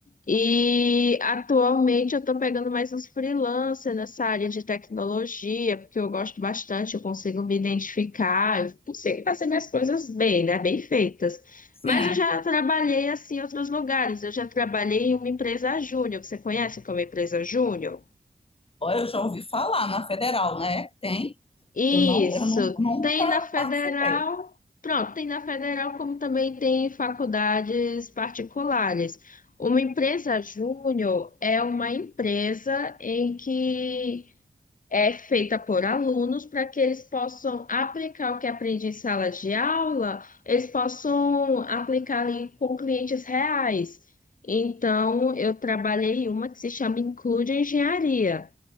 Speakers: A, on the left; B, on the left.
A: E atualmente eu estou pegando mais uns freelancers nessa área de tecnologia, porque eu gosto bastante, eu consigo me identificar, eu consigo fazer minhas coisas bem, né? Bem feitas.
B: Sim.
A: Mas eu já trabalhei assim em outros lugares. Eu já trabalhei em uma empresa júnior. Você conhece como empresa júnior?
B: Ó, Eu já ouvi falar na Federal, né? Tem,
A: Isso.
B: que eu não, eu não, nunca
A: Tem na federal.
B: participei.
A: Pronto, tem na federal, como também tem em faculdades particulares. Uma empresa júnior é uma empresa em que é feita por alunos para que eles possam aplicar o que aprende em sala de aula, eles possam aplicar ali com clientes reais. Então, eu trabalhei em uma que se chama Include Engenharia,